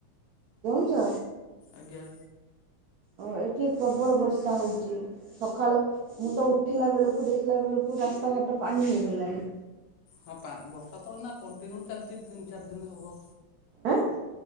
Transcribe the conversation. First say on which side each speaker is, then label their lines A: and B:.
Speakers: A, on the right (about 90°); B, on the left (about 85°).
A: ଦୋଉଚ।
B: ଆଜ୍ଞା।
A: ଓ ଏଠି ପ୍ରବଳ ବର୍ଷା ହୋଉଚି। ସଖାଳୁ ମୁଁ ତ ଉଠିଲା ବେଳକୁ ଦେଖିଲା ବେଳକୁ ରାସ୍ତାଘାଟ ପାଣି ହେଇଗଲାଣି।
B: ହଁ ପାନ ବର୍ଷା ତ ଏନା କଣ୍ଟିନିୟୁ ଚାଲିଚି ତିନି ଚାରି ଦିନ ହବ।
A: ଆଁ।